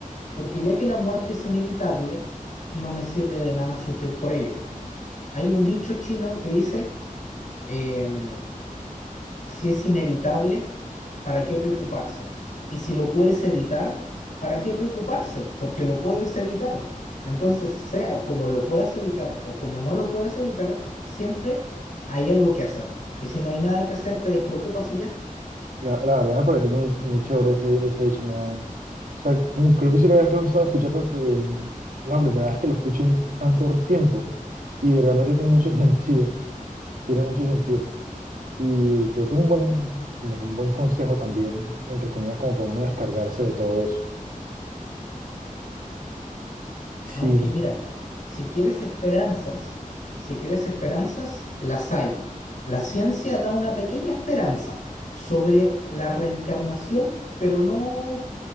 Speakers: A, on the left (about 60°); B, on the right (about 75°).
A: porque ya que la muerte es inevitable, no me sirve de nada sufrir por ello. Hay un dicho chino que dice, em, si es inevitable, ¿para qué preocuparse? Y si lo puedes evitar, ¿para qué preocuparse? Porque lo puedes evitar. Entonces, sea como lo puedas evitar o como no lo puedas evitar, siempre hay algo que hacer. Y si no hay nada que hacer, te despreocupas y ya.
B: La, la verdad me parece muy, muy chévere ese, ese hecho, ¿no? O sea, como creo que sí lo había cansado de escuchar, pero es la primera vez que lo escucho en tanto tiempo y realmente tiene mucho <laughs> sentido, tiene mucho sentido. Y creo que es un buen, como que un buen consejo también, entre comillas, como para uno descargarse de todo eso. Sí,
A: Aunque mira, si quieres esperanzas, si quieres esperanzas, las hay. La ciencia da una pequeña esperanza sobre la reencarnación, pero no